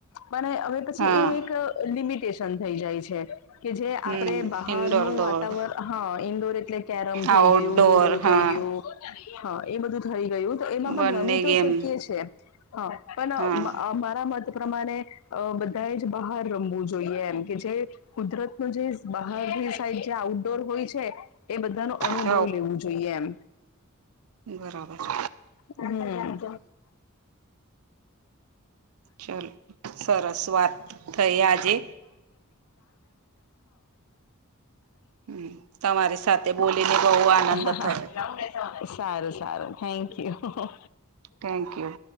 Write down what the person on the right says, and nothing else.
હા
હમ
ઇન્ડોર દોડ
આઉટડોર
હા
બંને
ગેમ
હા
હવ
બરાબર.
ચલ સરસ વાત થઈ આજે. હમ તમારી સાથે બોલીને બહુ આનંદ
થયો
Thank you